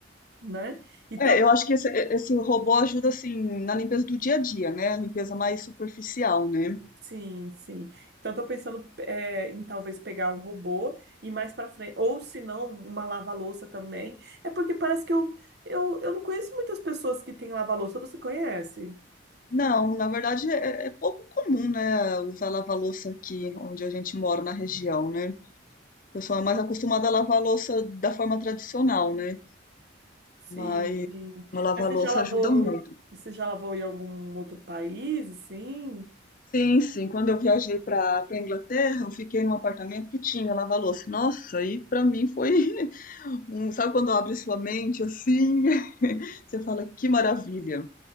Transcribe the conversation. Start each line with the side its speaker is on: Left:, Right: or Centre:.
Right: né? Então,
Left: É, eu acho que esse, esse robô ajuda assim na limpeza do dia a dia, né? A limpeza mais superficial, né?
Right: sim, sim. Então, eu tô pensando é, em talvez pegar um robô e mais para frente, ou se não, uma lava-louça também. É porque parece que eu, eu, eu não conheço muitas pessoas que têm lava-louça. Você conhece?
Left: Não, na verdade é, é pouco comum, né? Usar lava-louça aqui onde a gente mora na região, né? O pessoal é mais acostumado a lavar a louça da forma tradicional, né?
Right: Sim,
Left: Mas
Right: sim.
Left: uma lava-louça
Right: Mas você já lavou,
Left: ajuda muito.
Right: você já lavou em algum outro país, assim?
Left: Sim, sim. Quando eu viajei para para Inglaterra, eu fiquei num apartamento que tinha lava-louça. Nossa, aí para mim foi <laughs> um, sabe quando abre sua mente assim? Você fala, que maravilha.